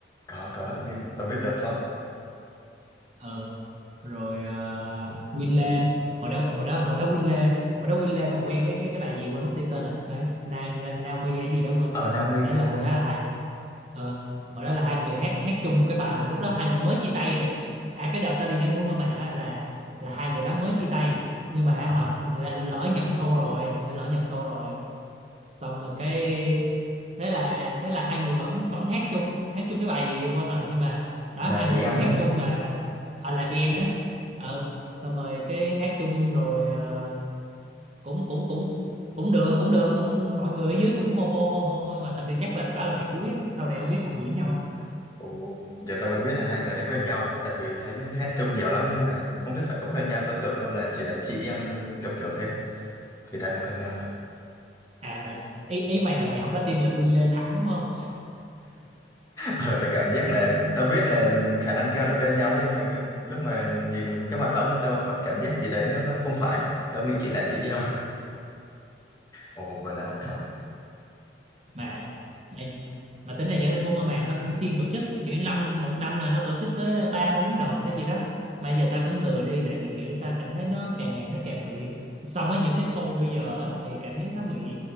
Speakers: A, on the left; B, on the right.
A: có có tao biết tao biết The Flop
B: không rồi uh, Winley hồi đó hồi đó hồi đó Winley hồi đó Winley còn quen cái cái cái bà gì quên mất tiêu tên rồi đấy Na, Na, Naomi hay gì đó quên
A: Ờ
B: rồi
A: Naomi,
B: đấy
A: Naomi.
B: là hồi đó là hai ờ, hồi đó là hai người hát hát chung một cái bài mà lúc đó hai người mới chia tay à, chứ à cái đợt tao đi nhánh phố mà màng á là là hai người đó mới chia tay nhưng mà hả,
A: Ờ,
B: lỡ nhận show rồi lỡ nhận show rồi xong rồi cái thế là thế là hai người vẫn vẫn hát chung hát chung cái bài gì thì quên rồi nhưng mà đó
A: là
B: hai
A: vì
B: người vẫn
A: em
B: hát
A: đúng không?
B: chung mà à, là vì em đấy ờ xong rồi cái hát chung rồi ờ, cũng cũng cũng cũng được cũng được cũng mọi người ở dưới cũng hô hô hô hô nhưng mà hình như chắc là đó là bài cuối á sau này không biết còn diễn nhau không
A: Ồ. Giờ tao mới biết là hai người đấy quen nhau nữa tại vì thấy hát chung nhiều lắm nhưng mà không biết phải có quen nhau tao tưởng đâu là chỉ là chị em kiểu kiểu thế thì đã là quen nhau <laughs> à?
B: à là ý, ý mày là mày không có tin là Win Lê thẳng đúng không
A: ờ tao cảm giác là tao biết là khả năng cao là quen nhau nhưng mà cái- lúc mà nhìn cái mặt ông tao vẫn cảm giác gì đấy nó nó không phải tao nghĩ chỉ là chị em ồ vậy là ông thắng
B: mà mà mà tính ra nhớ thành phố Mơ Màng nó cũng siêng tổ chức kiểu năm một năm là nó tổ chức tới ba bốn đợt hay gì đó mà giờ ta cũng lười đi tại vì kiểu ta cảm thấy nó càng ngày nó càng bị so với những cái show bây giờ á, thì cảm giác nó bị